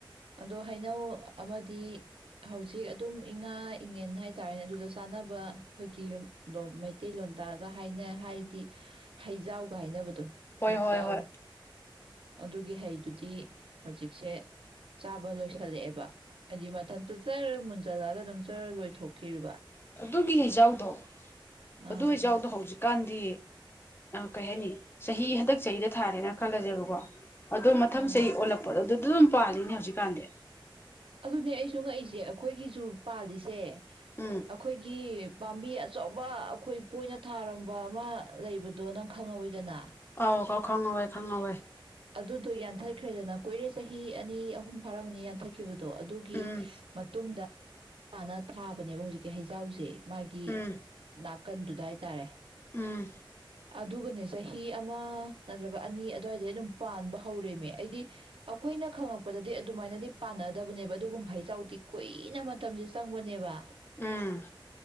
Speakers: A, on the right; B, on the left.
A: ꯑꯗꯣ ꯍꯩꯅꯧ ꯑꯃꯗꯤ ꯍꯧꯖꯤꯛ ꯑꯗꯨꯝ ꯏꯉꯥ ꯏꯉꯟ ꯍꯥꯏꯇꯥꯔꯦꯅꯦ ꯑꯗꯨꯗ ꯆꯥꯅꯕ ꯑꯩꯈꯣꯏ ꯨꯝ ꯃꯩꯇꯩꯂꯣꯟꯗ ꯒ ꯍꯥꯏꯅ ꯍꯥꯏꯔꯗꯤ ꯍꯩꯖꯥꯎꯒ ꯍꯥꯏꯅꯕꯗꯣ
B: ꯍꯣꯏ
A: ꯍꯩ
B: ꯍꯣꯏ
A: ꯆꯎ
B: ꯍꯣꯏ
A: ꯑꯗꯨꯒꯤ ꯍꯩꯗꯨꯗꯤ ꯍꯧꯖꯤꯛꯁꯦ ꯆꯥꯕ ꯂꯣꯏꯁꯜꯂꯛꯑꯦꯕ ꯑꯖꯤꯕꯊꯟꯇ ꯆ ꯆꯜꯂꯒ ꯑꯗꯨꯝ ꯆꯔ ꯂꯣꯏꯊꯣꯛꯔꯤꯕ
B: ꯑꯗꯨꯒꯤ ꯍꯩꯖꯥꯎꯗꯣ
A: ꯑꯥ
B: ꯑꯗꯨ ꯍꯩꯖꯥꯎꯗꯣ ꯍꯧꯖꯤꯛ ꯀꯥꯟꯗꯤ ꯀꯩ ꯍꯥꯏꯅꯤ ꯆꯍꯤ ꯍꯟꯗꯛ ꯆꯍꯤꯗ ꯊꯥꯔꯦꯅ ꯈꯜꯂꯁꯦꯕꯀꯣ ꯑꯗꯣ ꯃꯊꯪ
A: ꯑꯥ
B: ꯆꯍꯤ ꯑꯣꯜꯂꯛꯄꯗꯣ ꯑꯗꯨꯗ ꯑꯗꯨꯝ ꯄꯥꯜꯂꯤꯅꯦ ꯍꯧꯖꯤꯛꯀꯥꯟꯗꯤ
A: ꯑꯗꯨꯅꯦ ꯑꯩꯁꯨ ꯉꯛꯏꯁꯦ ꯑꯩꯈꯣꯏꯒꯤꯁꯨ ꯄꯥꯜꯂꯤꯁꯦ
B: ꯎꯝ
A: ꯑꯩꯈꯣꯏꯒꯤ ꯄꯥꯝꯕꯤ ꯑꯆꯧꯕ ꯑꯩꯈꯣꯏ ꯄꯣꯏꯅ ꯊꯥꯔꯝꯕ ꯑꯃ ꯂꯩꯕꯗꯣ ꯅꯪ ꯈꯪꯍꯧꯋꯤꯗꯅ
B: ꯑꯥꯎ ꯀꯥꯎ ꯈꯪꯉꯧꯋꯦ ꯈꯪꯍꯧꯋꯦ
A: ꯑꯗꯨꯗꯣ ꯌꯥꯟꯊꯈ꯭ꯔꯦꯗꯅ ꯀꯨꯏꯔꯦ ꯆꯍꯤ ꯑꯅꯤ ꯑꯍꯨꯝ ꯐꯥꯔꯝꯃꯅꯤ ꯌꯥꯟꯊꯈꯤꯕꯗꯣ ꯑꯗꯨꯒꯤ
B: ꯎꯝ
A: ꯃꯇꯨꯡꯗ ꯆꯥꯅ ꯊꯥꯕꯅꯦꯕ ꯍꯧꯖꯤꯛꯀꯤ ꯍꯩꯖꯥꯎꯁꯦ ꯃꯥꯒꯤ
B: ꯎꯝ
A: ꯥꯛ ꯅꯥꯀꯟꯗꯨꯗ ꯍꯥꯏꯇꯥꯔꯦ
B: ꯎꯝ
A: ꯑꯗꯨꯒꯅꯦ ꯆꯍꯤ ꯑꯃ ꯅꯠꯇ꯭ꯔꯒ ꯑꯅꯤ ꯑꯗꯨꯋꯥꯏꯗꯩ ꯑꯗꯨꯝ ꯄꯥꯟꯕ ꯍꯧꯔꯦꯃꯦ ꯍꯥꯏꯗꯤ ꯑꯩꯈꯣꯏꯅ ꯈꯉꯄ ꯗꯗꯗꯤ ꯑꯗꯨꯃꯥꯏꯅꯗꯤ ꯄꯥꯟꯅꯗꯕꯅꯦꯕ ꯑꯗꯨꯒꯨꯝꯕ ꯍꯆꯥꯎꯗꯤ ꯀꯨꯏꯅ ꯃꯇꯝꯁꯦ ꯆꯪꯕꯅꯦꯕ
B: ꯎꯝ